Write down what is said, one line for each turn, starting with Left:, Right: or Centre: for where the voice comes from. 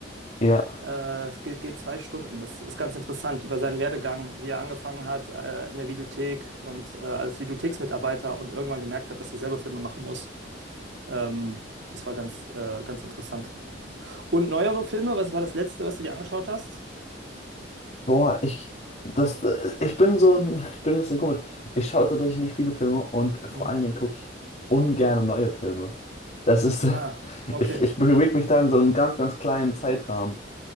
Left: Ja.
Right: Äh, es geht, geht zwei Stunden. Das ist ganz interessant über seinen Werdegang, wie er angefangen hat äh, in der Videothek und äh, als Videotheksmitarbeiter und irgendwann gemerkt hat, dass er selber Filme machen muss. Ähm, das war ganz, äh, ganz interessant. Und neuere Filme, was war das letzte, was du dir angeschaut hast?
Left: Boah, ich das äh, ich bin so ein- ich bin ein bisschen komisch. Ich schaue tatsächlich nicht viele Filme und vor
Right: Hm.
Left: allen Dingen gucke ich ungerne neue Filme. Das ist <laughs>
Right: Ah, okay.
Left: ich ich bewege mich da in so einem ganz ganz kleinen Zeitrahmen.